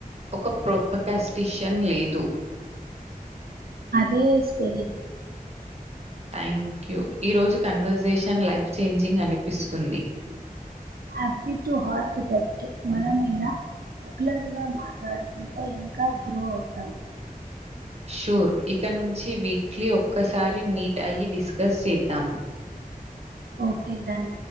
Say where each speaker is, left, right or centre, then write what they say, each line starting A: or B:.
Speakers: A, on the right (about 45°); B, on the right (about 85°).
A: ఒక ప్రోపకాస్టిషియన్ లేదు
B: అదే స్పెరి
A: టాంక్ యూ ఈ రోజు కన్వర్జేషన్ లైఫ్ చేంజింగ్ అనిపిస్తుంది
B: హ్యాపీ టు హార్ట్ దట్ మనమైనా రెగ్యులర్గా మాట్లాడుకుంటే ఇంకా గ్రో అవుతాం
A: షూర్ ఇక నుంచి వీక్లీ ఒక్కసారి మీట్ అయ్యి డిస్కస్ చేద్దాము
B: ఓకే డన్